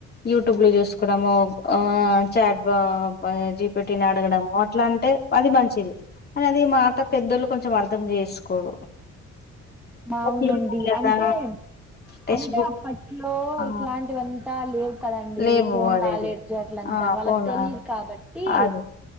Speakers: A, on the left; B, in the centre.
A: యూట్యూబ్ లో చూసుకోవడము ఆ చాట్ బా జీ పెట్టిన అడగడం అట్లా అంటే అది మంచిది. అనేది మాట పెద్దోళ్ళు కొంచెం అర్థం చేసుకోరు. బుక్లు
B: అవునండి
A: ఉన్నాయి
B: అంటే
A: కదా టెక్స్ట్
B: అంటే
A: బుక్
B: అప్పట్లో
A: ఆ
B: ఇట్లాంటివంతా లేవు. కదండి
A: లేవు
B: ఫోన్
A: అదే
B: నాలెడ్జ్
A: అదే
B: అట్లంతా
A: ఆ
B: వాళ్ళకి
A: ఫోన్
B: తెలీదు కాబట్టి
A: అది